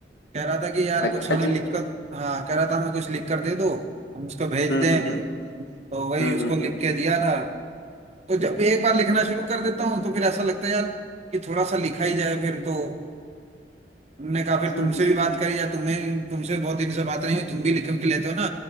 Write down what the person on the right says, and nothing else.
कह रहा था कि यार
कुछ हमें
लिखकर हाँ कह रहा था हमें कुछ लिख कर दे दो हम उसको भेज
दें
तो वही
उसको
लिख के दिया था तो जब एक बार लिखना शुरू कर देता हूँ तो फिर ऐसा लगता है यार कि थोड़ा सा लिखा ही जाए फिर तो हमने कहा फिर
तुमसे
भी बात करी या तुम्हें तुमसे भी बहुत दिन से बात नहीं हुई तुम भी लिख के लेते हो ना